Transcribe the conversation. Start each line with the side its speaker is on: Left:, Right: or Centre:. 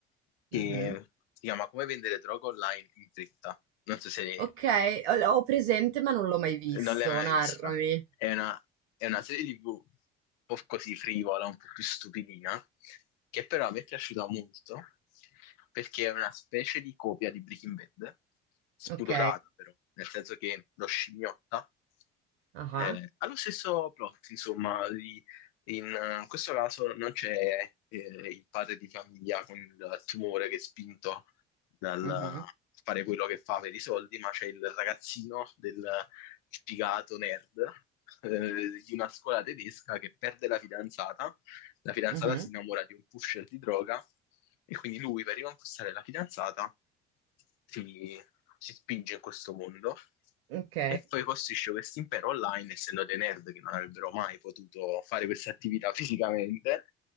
Left: che
Right: mhm.
Left: si chiama Come vendere droga online in fretta. Non so se
Right: Ok, ho, l'ho presente ma non l'ho mai visto,
Left: non l'hai mai
Right: narrami.
Left: vista. È una, è una serie TV un po' così frivola, un po' più stupidina, che però mi è piaciuta molto perché è una specie di copia di Breaking Bad, spudorata
Right: Ok.
Left: però, nel senso che lo scimmiotta.
Right: Ah.
Left: eh, ha lo stesso plot, insomma, di in eh, questo caso non c'è eh, il padre di famiglia con il tumore che è spinto dal
Right: Mhm.
Left: fare quello che fa per i soldi, ma c'è il ragazzino del sfigato nerd eh, di una scuola tedesca che perde la fidanzata la fidanzata
Right: Mhm.
Left: si innamora di un pusher di droga e quindi lui per riconquistare la fidanzata si, si spinge in questo mondo
Right: Ok.
Left: e poi costruisce questo impero online, essendo dei nerd che non avrebbero mai potuto fare questa attività fisicamente.